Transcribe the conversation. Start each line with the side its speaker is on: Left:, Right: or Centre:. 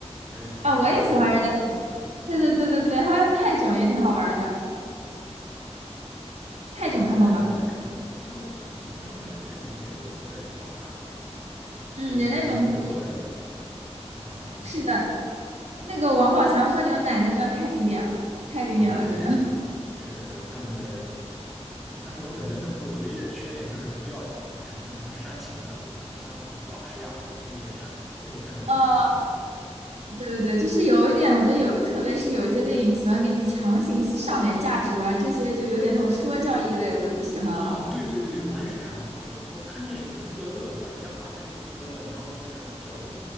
Centre: 大概是零八年吧，
Right: 啊、我也喜欢人家囧。
Centre: 那时候。
Right: 对对对对对，好像泰囧也挺好玩的。泰囧看过吗？
Centre: 哦，对，《泰囧》我也看过，但但我之前看过，但是我感觉《泰囧》没有《人在囧途》好看。是我有可能是个人的那种
Right: 嗯，人家囧都
Centre: 想法
Right: 是的，那个王宝强喝牛奶那段太经典了，太经典了，
Centre: 啊，对，
Right: 真的。
Centre: 是的，是的，是的，他们的，但是我感觉那部唯一的缺点就是不要整的什么煽情的，比如说那个乡那个老师呀，那个那一片那个片段，我觉得不是太好。
Right: <laughs> 对对对，就是有一点，我觉得有，特别是有一些电影喜欢给你强行上点价值观，这些就有点那种说教意味，我又不喜欢了。
Centre: 哇，对对对，我也是这样的，我这我看电影我就图个乐，对吧？爷花钱就是图个乐，你还给我搞这种教育，